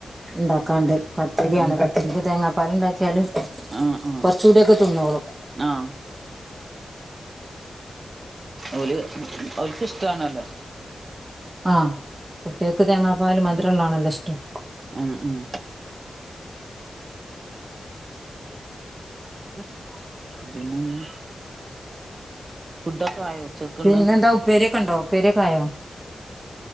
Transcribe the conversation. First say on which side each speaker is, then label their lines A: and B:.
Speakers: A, on the right; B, on the right.
A: ഉണ്ടാക്കാണ്ട് പത്തിരിയാണ്
B: ഉം
A: പത്തിരിക്ക് തേങ്ങാപ്പാൽ ണ്ടാക്കിയാല്.
B: ആഹ് ആഹ്
A: കൊറച്കൂടിയോക്കെ തിന്നോളും.
B: ആഹ് ഓല്.. ഓൽക് ഇഷ്ടാണല്ലോ.
A: ആഹ് കുട്ട്യോൾക്ക് തേങ്ങാപ്പാൽ മധുരള്ളതാണല്ലോ ഇഷ്ടം.
B: ഉം ഉം
A: <unintelligible>
B: പിന്നന്താ ഫുടൊക്കെ ആയോ? ഉച്ചക്ക്ള്ളെ
A: പിന്നെന്താ ഉപ്പേരിയൊക്കെ ഉണ്ടോ ഉപ്പേരിയൊക്കായോ?